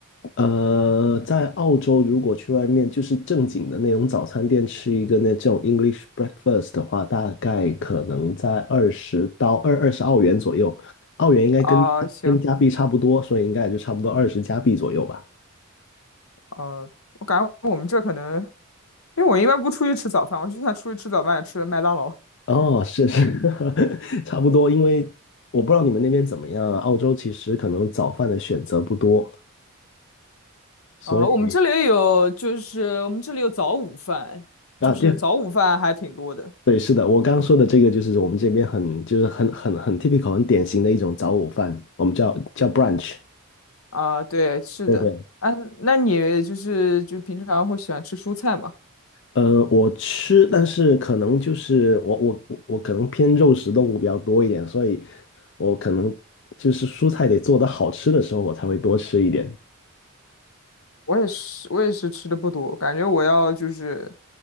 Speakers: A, on the left; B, on the left.
A: 呃，在澳洲，如果去外面就是正经的那种早餐店吃一个那这种 English breakfast 的话，大概可能在二十到二二十澳元左右，澳元应该跟跟加币差不多，
B: 啊、行，
A: 所以应该也就差不多二十加币左右吧。
B: 嗯，我感觉我们这可能，因为我一般不出去吃早饭，我就算出去吃早饭也吃麦当劳。
A: 哦，是是，<laughs> 差不多，因为我不知道你们那边怎么样啊，澳洲其实可能早饭的选择不多，所以
B: 呃，我们这里有，就是我们这里有早午饭，
A: 啊，
B: 就是早午饭还挺多的
A: 对，对，是的，我刚刚说的这个就是我们这边很就是很很很 typical 很典型的一种早午饭，我们叫叫 brunch。
B: 啊。对，是的。
A: 对对。
B: 啊，那你就是就平常会喜欢吃蔬菜吗？
A: 呃，我吃，但是可能就是我我我我可能偏肉食动物比较多一点，所以我可能就是蔬菜得做的好吃的时候，我才会多吃一点，
B: 我也是，我也是吃的不多，感觉我要就是